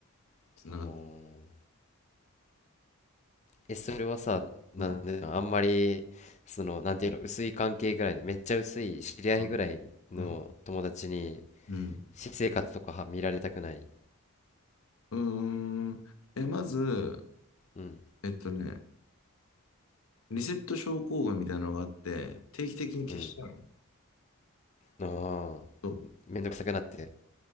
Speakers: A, on the left; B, on the left.
A: うんうんおー
B: つながっ
A: えそれはさなんであんまりそのなんていうの薄い関係ぐらいのめっちゃ薄い知り合いぐらいの友達に
B: うん、うん、うん、うん。
A: 私生活とかは見られたくない
B: うーん。え、まず、
A: うん
B: えっとね、リセット症候群みたいなのがあって、定期的に消しちゃうの。
A: うんああ
B: そう。
A: めんどくさくなって